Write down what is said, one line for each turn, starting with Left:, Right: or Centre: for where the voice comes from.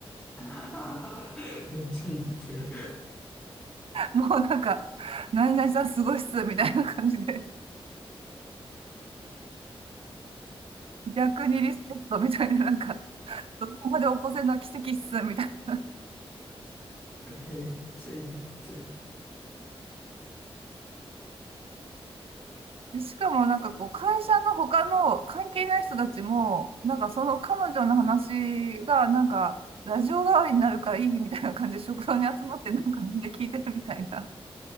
Left: <laughs> めっちゃいじってる。
Right: もうなんか、何々さんすごいっす、みたいな感じで。逆にリスペクトみたいな、なんか、どこまで起こせるのは奇跡っす、みたいな。
Left: めっちゃいじってる。
Right: でしかもなんかこう、会社の他の関係ない人たちも、なんかその彼女の話が、なんか、ラジオ代わりになるからいいみたいな感じで食堂に集まって、なんかみんな聞いてるみたいな。